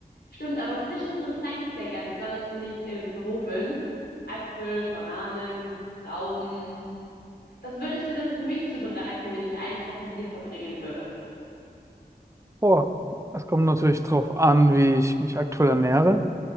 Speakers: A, on the left; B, on the right.
A: Stimmt, aber zwischendrin snacke ich sehr gern, besonders wenn ich im Büro bin. Äpfel, Bananen, Trauben. Was würdest du denn für mich zubereiten, wenn ich einen Tag mit dir verbringen würde?
B: Boah, es kommt natürlich drauf an, wie ich mich aktuell ernähre.